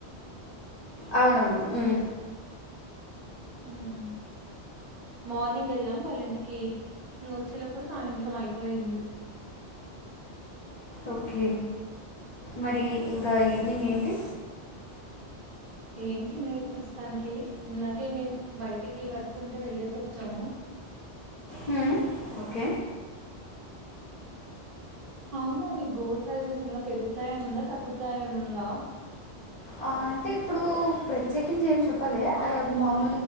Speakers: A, on the left; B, on the right.
A: అవునవును హుమ్
B: హుమ్ మార్నింగ్ వెళ్ళాం వాళ్ళ ఇంటికి ఇంక వచ్చే లోపల సాయంత్రం అయిపోయింది
A: ఓకే మరి ఇంకా ఈవిెనింగ్ ఏంటి
B: ఏమిటిండలేదు ప్రస్తుతానికి ఇందాకే బయటికి వర్క్ ఉంటే వెళ్ళేసి వచ్చాము
A: హ ఓకే
B: అవును నీ గోల్డ్ ప్రైజెస్ ఇంకా పెరుగుతాయి అని ఉందా తగ్గుతాయి అని ఉందా
A: ఆ, అంటే ఇప్పుడు ప్రత్యేకించి ఏం చెప్ప ప
B: ఆ
A: మమ